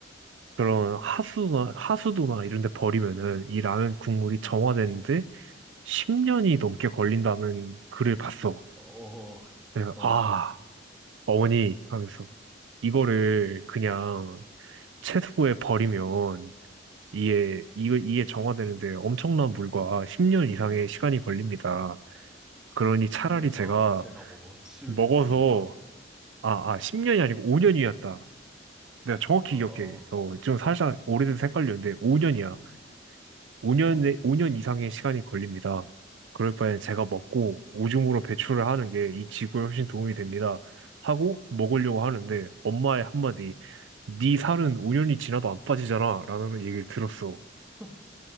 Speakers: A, on the right; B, in the centre.
A: 그런
B: 응,
A: 하수나, 하수도나 이런 데 버리면은 이 라면 국물이 정화되는데
B: 응.
A: 10년이 넘게 걸린다는 글을 봤어.
B: 어,
A: 그래서
B: 어.
A: 아, 어머니 하면서 이거를 그냥 채소에 버리면 이게, 이게 이게 정화되는데 엄청난 물과 10년 이상의 시간이 걸립니다. 그러니 차라리
B: 그러니까
A: 제가
B: 제가 먹어 치우겠습니다.
A: 먹어서, 아, 아, 10년이 아니고 5년이었다. 내가 정확히
B: 어, 어,
A: 기억해. 어, 좀 살짝 오래돼서 헷갈렸는데, 5년이야. 5년,
B: 어.
A: 오년 오 년 이상의 시간이 걸립니다. 그럴 바엔 제가 먹고 오줌으로 배출을 하는 게 이 지구에 훨씬 도움이 됩니다. 하고 먹으려고 하는데, 엄마의 한마디, 네 살은 5년이 지나도 안 빠지잖아. 라는 얘기를 들었어.
B: <laughs>